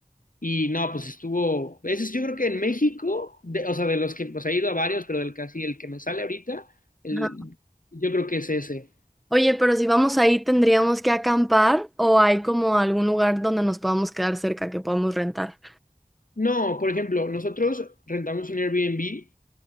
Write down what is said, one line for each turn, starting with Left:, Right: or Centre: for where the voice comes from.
Left: Y no, pues estuvo, ese es, yo creo que en México, de- o sea, de los que, pues he ido a varios, pero del que así, el que me sale ahorita, el,
Centre: Ajá.
Left: yo creo que es ese.
Centre: Oye, pero si vamos ahí, ¿tendríamos que acampar o hay como algún lugar donde nos podamos quedar cerca que podamos rentar?
Left: No, por ejemplo, nosotros rentamos un Airbnb,